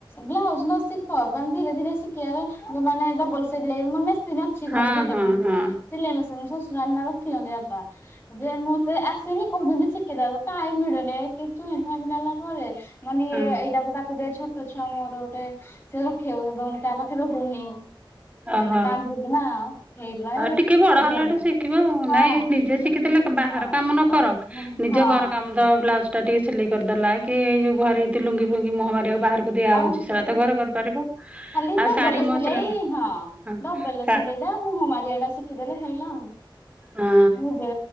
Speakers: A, on the left (about 20°); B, on the right (about 15°).
A: ବ୍ଲାଉଜ ନ ଶିଖ ମାନେ ଧୀରେ ଧୀରେ ଶିଖିବାରେ ଡବଲ ସିଲେଇ ମାନେ ମେସିନ ଅଛି
B: ହଁ
A: ଘରେ ଦିଟା
B: ହଁ
A: ମେସିନି
B: ହଁ
A: ସିଲେଇ ମେସିନ ଶଶୁର ରଖିଛନ୍ତି ବାପା। ଯେ ମତେ ଆସନି କହୁଛନ୍ତି ଶିଖେଇ ଦେବାକୁ ଟାଇମ ମିଳୁନି <unintelligible> ମାନେ ଇଏ
B: ହଁ
A: ଏଇଟା ତାକୁ ଦେ ଛୋଟ ଛୋଟ ଛୁଆ ମୋର ଗୋଟେ ସେ ରଖେଇବାକୁ ଦଉନି କାହା ପାଖରେ ରହୁନି। ନାଇଁ
B: ଓହୋ
A: ନା କାନ୍ଦୁଛି ନା ସେଇଥିପାଇଁ
B: ଆଉ ଟିକେ ବଡ
A: କରିହଉନି।
B: ହେଲାଠୁ ଶିଖିବ ଆଉ
A: ହଁ
B: ନାଇଁ ନିଜେ
A: ହଁ
B: ଶିଖିଥିଲେ ବାହାର କାମ ନ
A: ଅ,
B: କର
A: ହଁ।
B: ନିଜ ଘର କାମ ଦ ବ୍ଲାଉଜ ଟିକେ ସିଲେଇ କରିଦେଲା କି ଏଇ ଯୋଉ ଘରେ ଲୁଙ୍ଗି ଫୁଙ୍ଗି ମୁହମାରିବାକୁ ବାହାରକୁ ଦିଆ
A: ଆଉ
B: ଦିଆଯାଉଛି ସେରା ତ ଘରେ କରିପାରିବ।
A: ଖାଲି ଡବଲ
B: ଆଉ ଶାଢୀ
A: ସିଲେଇ
B: ମୋ
A: ହଁ
B: ହଁ
A: ଡବଲ
B: ସା
A: ସିଲେଇ ଏଟା ମୁହଁ ମାରିବା ଟା ଶିଖିଦେଲେ ସଇଲା
B: ହଁ
A: ନିଜେ